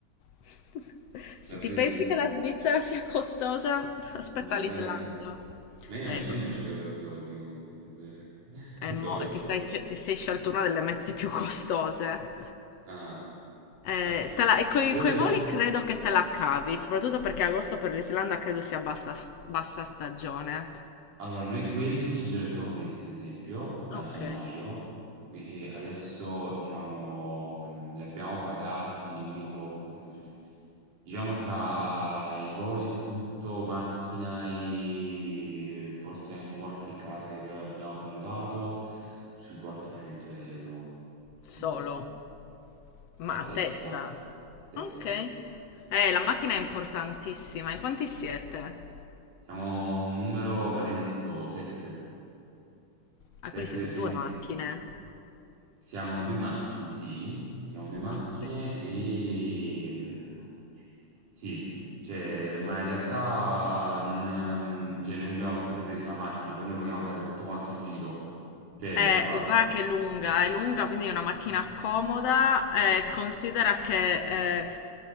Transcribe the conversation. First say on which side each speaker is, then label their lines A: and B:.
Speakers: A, on the left; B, on the right.
A: <laughs> Se
B: Davvero?
A: ti pensi che la Svizzera sia costosa, aspetta
B: Ma veramente?
A: l'Islanda.
B: Ma io
A: È
B: io
A: costosa.
B: non ce li ho 'sti soldi comunque, eh,
A: È
B: non
A: mo-
B: so come
A: e ti
B: farò.
A: stai- ti sei scelto una delle mete più costose.
B: Ah,
A: Eh,
B: vacca po'.
A: te la- e coi,
B: Io
A: coi
B: pensa
A: voli credo che te la cavi, soprattutto perché agosto per l'Islanda credo sia bassa, bassa stagione.
B: Allora, noi quelli già li abbiamo presi, ad esempio, a
A: Ok,
B: gennaio, qui- e adesso, diciamo, mh, li abbiamo pagati nemmeno troppo, tipo sui- diciamo tra i voli e tutto, macchina e forse anche qualche casa che abbi- abbiamo prenotato, sui 400 euro,
A: solo,
B: almeno
A: ma
B: a
A: a
B: testa,
A: testa.
B: a testa,
A: Ok.
B: sì.
A: Eh, la macchina è importantissima. In quanti siete?
B: Siamo un numero maledetto, 7, 7
A: Ah, quindi siete
B: perché
A: due
B: di-
A: macchine.
B: Siamo 2 macchine, sì, siamo 2 macchine,
A: Ok.
B: ehm, sì, cioè, ma in realtà non mhmm, cioè, noi abbiamo sempre preso la macchina, poi noi vogliamo fare tutto quanto il giro. Cioè,
A: Eh,
B: allora
A: guarda che è lunga, è lunga, quindi è una macchina comoda. eh, considera che eh,